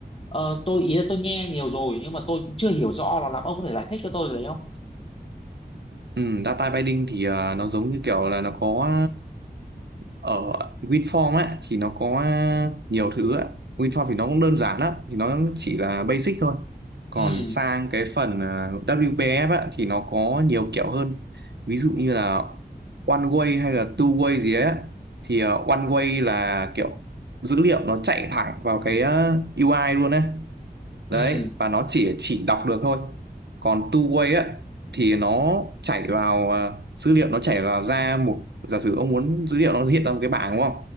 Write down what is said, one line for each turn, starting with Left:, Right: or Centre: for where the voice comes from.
Left: ờ, tôi ý là tôi nghe nhiều rồi nhưng mà tôi cũng chưa hiểu rõ là lắm ông có thể giải thích cho tôi cái đấy không
Right: ừ, data binding thì à, nó giống như kiểu là nó có ở WinForm á thì nó có nhiều thứ á, WinForm thì nó cũng đơn giản lắm thì nó chỉ là basic thôi còn
Left: ừ
Right: sang cái phần à, WPF á thì nó có nhiều kiểu hơn ví dụ như là one way hay là two way gì ấy á. thì à, one way là kiểu dữ liệu nó chạy thẳng vào cái à, UI luôn ấy
Left: ừ
Right: đấy và nó chỉ chỉ đọc được thôi còn two-way á thì nó chảy vào à, dữ liệu nó chảy vào ra một giả sử ông muốn dữ liệu nó hiện ra một cái bảng đúng không